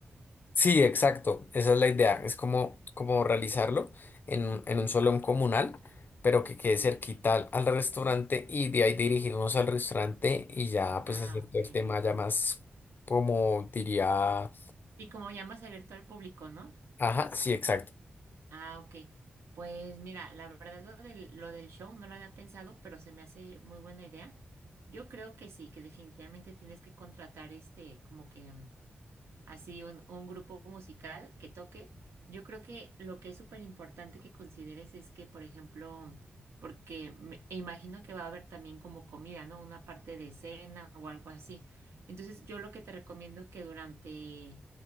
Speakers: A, on the left (about 50°); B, on the right (about 85°).
A: Sí, exacto, esa es la idea, es como, como realizarlo en, un- en
B: Ujú.
A: un salón comunal, pero que quede cerquita al, al restaurante y de ahí dirigirnos al restaurante y ya pues
B: Ah,
A: hacer todo
B: ok.
A: el tema ya más como diría,
B: Y como ya más abierto al público, ¿no?
A: ajá, sí, exacto.
B: Ah, ok. Pues mira, la verdad lo del, lo del show no lo había pensado, pero se me hace muy buena idea. Yo creo que sí, que definitivamente tienes que contratar este, como que así un, un grupo musical que toque, yo creo que lo que es súper importante que consideres es que, por ejemplo, porque me e imagino que va a haber también como comida, ¿no? Una parte de cena o algo así. Entonces, yo lo que te recomiendo que durante